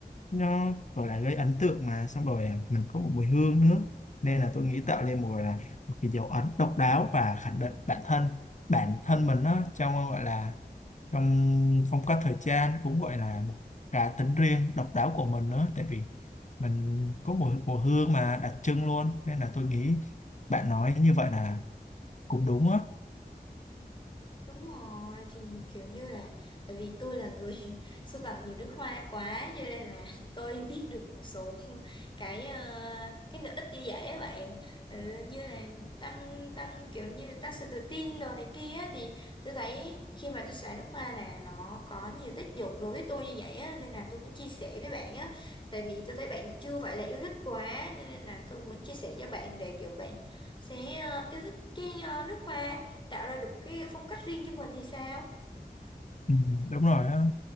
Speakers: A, on the left; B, on the left.
A: nó gọi là gây ấn tượng mà xong rồi à, mình có một mùi hương nữa nên là tôi nghĩ tạo nên một gọi là một cái dấu ấn độc đáo và khẳng định bản thân bản thân mình đó trong gọi là trong phong cách thời trang cũng gọi là một cá tính riêng độc đáo của mình nữa tại vì mình có mùi mùi hương mà đặc trưng luôn nên là tôi nghĩ bạn nói như vậy là cũng đúng á
B: Đúng rồi thì kiểu như là tại vì tôi là người <laughs> sưu tầm nhiều nước hoa quá cho nên là <laughs> tôi biết được một số <laughs> cái ờ, cái lợi ích như vậy á bạn Ờ, như là tăng tăng kiểu như là tăng sự tự tin đồ này kia á, thì tôi thấy khi mà tôi xài nước hoa là nó có nhiều tác dụng đối với tôi như vậy á nên là tôi muốn chia sẻ với bạn á tại vì tôi thấy bạn chưa phải là yêu thích quá cho nên là tôi muốn chia sẻ cho bạn để kiểu bạn sẽ ờ, yêu thích cái ờ, nước hoa tạo ra được một cái phong cách riêng cho mình thì sao
A: ừ, đúng rồi á